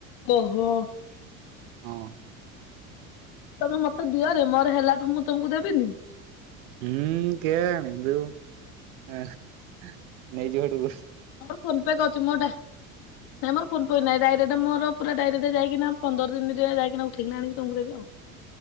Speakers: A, on the left; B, on the right.
A: ଓହୋ।
B: ହଁ।
A: ଆ ତମେ ମତେ ଦିଅରେ ମୋର ହେଲା ଠୁ ମୁଁ ତମକୁ ଦେବିନି?
B: ହୁଁ କେ ଜାଣି ତୁ ନେଇଯିବୁ ସେଠୁ
A: ମୋ ଫୋନ ପେ କରିଚି, ମୋଟା ନାଇ ମୋର ଫୋନ ପେ ନାଇଁ ଡାଇରେକ୍ଟ ମୋର ପୁରା ଡାଇରେକ୍ଟ। ଯାଇକିନା ପନ୍ଦର ଦିନରେ ଯାଇକିନା ଉଠେଇକି ନା ଆଣିକି ତମକୁ ଦେବି ଆଉ।